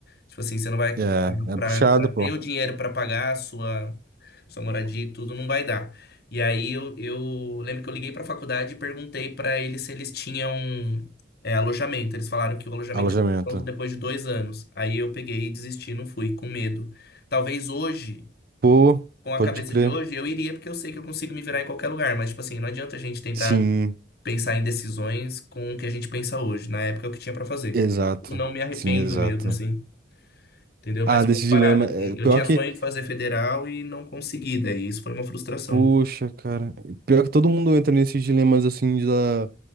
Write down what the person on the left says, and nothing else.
Tipo assim, você não vai
para
para
ter o dinheiro para pagar a sua sua moradia e tudo não vai dar. E aí eu, eu lembro que eu liguei para a faculdade e perguntei para eles se eles tinham é, alojamento. Eles falaram que o alojamento
é pronto depois de dois anos. Aí eu peguei e desisti, não fui, com medo. Talvez hoje,
com a
cabeça
de hoje, eu iria porque eu sei que eu consigo me virar em qualquer lugar. Mas tipo assim, não adianta a gente tentar
pensar em decisões com o que a gente pensa hoje. Na época é o que tinha para fazer.
Eu não me arrependo
mesmo, assim. Entendeu?
Mas foi
uma parada,
assim.
Eu tinha
sonho de fazer federal e não consegui, daí isso foi uma frustração.